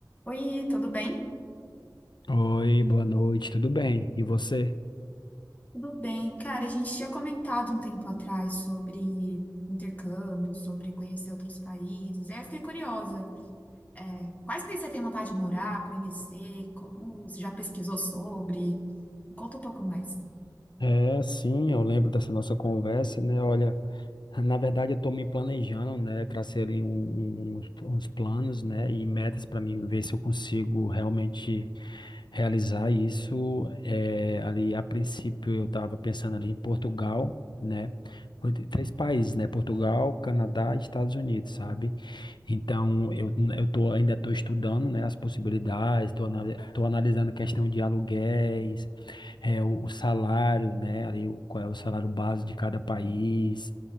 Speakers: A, on the left (about 20°); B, on the left (about 80°).
A: Oi, tudo bem?
B: Oi, boa noite, tudo bem? E você?
A: Tudo bem. Cara, a gente tinha comentado um tempo atrás sobre intercâmbio, sobre conhecer outros países. Aí eu fiquei curiosa. É, quais países você tem vontade de morar, conhecer? Como você já pesquisou sobre? Me Conta um pouco mais.
B: É, sim, eu lembro dessa nossa conversa, né? Olha. Na verdade, eu estou me planejando, né? Tracei ali um- um- uns, uns planos, né? E metas para mim ver se eu consigo realmente realizar isso. É, ali, a princípio, eu estava pensando ali em Portugal, né? Foi Três países, né? Portugal, Canadá e Estados Unidos, sabe? Então, eu, eu tô, ainda estou estudando, né? As possibilidades, estou anali tô analisando a questão de aluguéis, é, o, o salário, né? Ali, o, qual é o salário base de cada país